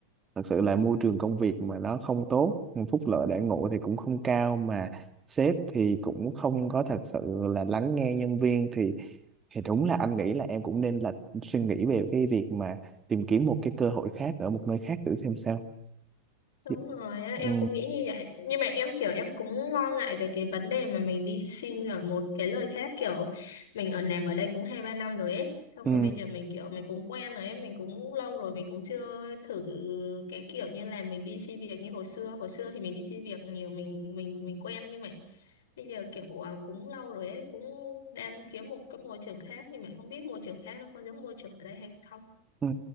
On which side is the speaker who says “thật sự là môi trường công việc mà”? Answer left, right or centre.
Right